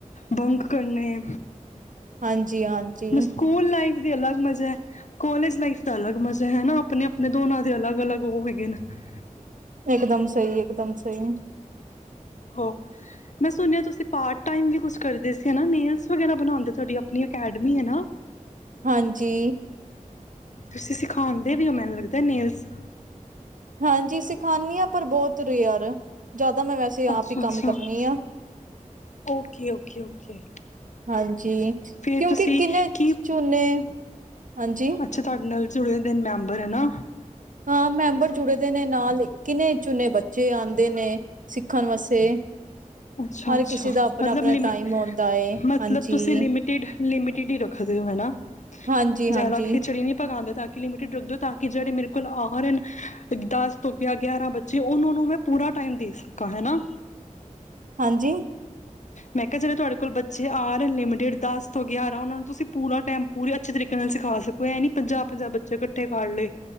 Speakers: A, on the left (about 60°); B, on the right (about 70°).
A: ਬੰਕ ਕਰਨੇ
B: ਹਾਂਜੀ। ਜੀ ਹਾਂਜੀ।
A: ਸਕੂਲ ਲਾਈਫ ਅਲੱਗ ਮਜ਼ਾ ਹੈ, ਕੋਲਜ ਲਾਈਫ ਦਾ ਅਲੱਗ ਮਜ਼ਾ ਹੈ ਅਪਣੇ ਅਪਣੇ ਦੋਨਾਂ ਦੇ ਅਲੱਗ ਅਲੱਗ ਉਹ ਹੈਗੇ ਨੇ।
B: ਇੱਕ ਦਮ ਸਹੀ, ਇੱਕ ਦਮ ਸਹੀ।
A: ਹੋ ਮੈਂ ਸੁਣਿਆ ਤੁਸੀ ਪਾਰਟ ਟਾਇਮ ਵੀ ਕੁਛ ਕਰਦੇ ਸੀ ਨਾ। ਨੇਲਸ ਵਗੇਰਾ ਬਣਾਦੇ, ਤੁਹਾਡੀ ਅਪਨੀ ਅਕੈਡਮੀ ਏ ਨਾ?
B: ਹਾਂਜੀ।
A: ਤੁਸੀਂ ਸਿਖਾਉਂਦੇ ਵੀ ਹੋ ਮੈਨੂੰ ਲੱਗਦਾ ਨੇਲਸ।
B: ਹਾਂਜੀ ਸਿਖਾਨੀ ਹਾਂ। ਪਰ ਬਹੁਤ ਰਿਅਰ ਜਦ ਮੈਂ ਵੈਸੇ ਆਪ
A: ਅੱਛਾ-ਅੱਛਾ,
B: ਹੀ ਕੰਮ ਕਰਨੀ ਆਂ
A: ਓਕੇ ਓਕੇ ਓਕੇ
B: ਹਾਂਜੀ
A: ਫੇਰ
B: ਕਿਉਂਕਿ
A: ਤੁਸੀਂ
B: ਗਿਨੇ
A: ਕੀ
B: ਚੁਨੇ ਹਾਂਜੀ
A: ਅੱਛਾ, ਤੁਹਾਡੇ ਨਾਲ ਜੁੜੇ ਦੇ ਨੇ ਮੈਂਬਰ ਹੈ ਨਾ
B: ਹਾਂ ਮੈਂਬਰ ਜੁੜੇ ਦੇ ਨੇ ਨਾਲ ਈ ਗਿਨੇ- ਚੁਨੇ ਬੱਚੇ ਆਉਂਦੇ ਨੇ ਸਿੱਖਣ ਵਾਸਤੇ
A: ਅੱਛਾ-ਅੱਛਾ,
B: ਹਰ ਕਿਸੇ ਦਾ ਆਪਣਾ-ਆਪਣਾ
A: ਮਤਲਬ ਲਿਮਟ
B: ਟਾਈਮ ਆਉਂਦਾ ਏ
A: ਮਤਲਬ
B: ਹਾਂਜੀ।
A: ਤੁਸੀ ਲਿਮਟਿਡ ਲਿਮਟਿਡ ਹੀ ਰਖਦੇ ਹੋ ਹੈਣਾ,
B: ਹਾਂਜੀ-ਹਾਂਜੀ, ਹਾਂਜੀ।
A: ਜ਼ਯਾਦਾ ਖਿਚੜੀ ਨੀ ਪਕ ਹਾਲੇ ਤਕ ਲਿਮਟਿਡ ਲੋਗ ਦੋ ਤਾਕੀ ਜੇੜੇ ਮੇਰੇ ਕੋਲ ਆ ਰਹੇ ਨੇ ਦਸ ਤੋਂ ਗਿਆਰਾਂ ਬੱਚੇ ੳਹਨਾਂ ਨੂੰ ਮੈਂ ਪੂਰਾ ਟਾਇਮ ਦੇ ਸਕਾਂ ਹੈਣਾ
B: ਹਾਂਜੀ
A: ਮੈਂ ਕਿਹਾ, ਜਿਹੜੇ ਤੁਹਾਡੇ ਕੋਲ ਬੱਚੇ ਆ ਹਹੇ ਨੇ ਲਿਮਟਿਡ ਦਸ ਤੋਂ ਗਿਆਰਾਂ ਉਹਨਾਂ ਨੂੰ ਤੁਸੀਂ ਪੂਰਾ ਟਾਇਮ ਪੂਰੇ ਅੱਛੇ ਤਰੀਕੇ ਨਾਲ ਸਿਖਾ ਸਕੋ। ਇਹ ਨੀ ਪੰਜਾਹ- ਪੰਜਾਹ ਬੱਚੇ ਇਕੱਠੇ ਕਰ ਲਏ।